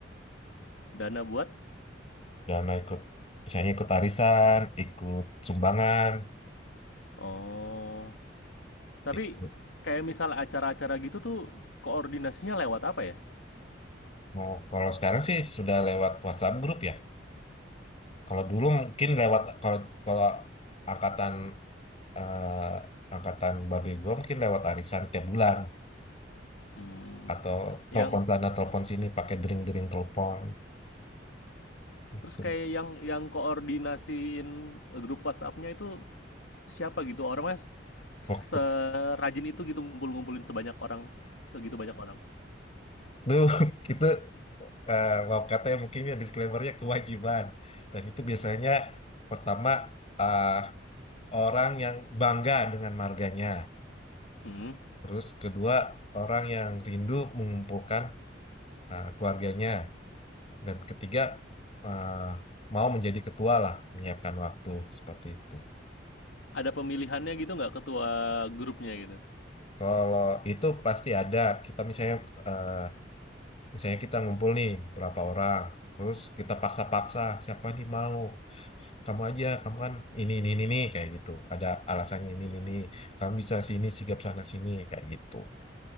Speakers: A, on the left; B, on the left.
A: <laughs> Dana buat?
B: dana ikut misalnya ikut arisan ikut sumbangan
A: Oh, tapi
B: ikut
A: kayak misal acara-acara gitu tuh koordinasinya lewat apa ya?
B: oh, kalau sekarang sih sudah lewat WhatsApp grup ya kalau dulu mungkin lewat kalau kalau angkatan eh, angkatan babe gue mungkin lewat arisan tiap bulan
A: Mmm,
B: atau telepon
A: yang
B: sana telepon
A: mhm.
B: sini pakai dering-dering telepon itu
A: Terus kayak
B: <laughs>
A: yang yang koordinasiin, eh, grup WhatsApp-nya itu siapa gitu? Orangnya s
B: Waktu-
A: serajin itu gitu ngumpul-ngumpulin sebanyak orang segitu banyak orang?
B: Duh, itu eh maaf katanya mungkin ya disclaimer-nya kewajiban. Dan itu biasanya pertama ah, orang yang bangga dengan marganya.
A: Mhm.
B: Terus kedua orang yang rindu mengumpulkan ah, keluarganya. Dan ketiga ah, mau menjadi ketua lah menyiapkan waktu seperti itu.
A: Ada pemilihannya gitu nggak ketua grupnya gitu?
B: Kalau itu pasti ada. Kita misalnya eh, misalnya kita ngumpul nih berapa orang. Terus kita paksa-paksa siapa nih mau. kamu aja kamu kan ini ini ini, ini," kayak gitu ada alasannya ini ini ini. kamu bisa sini sigap sana sini kayak gitu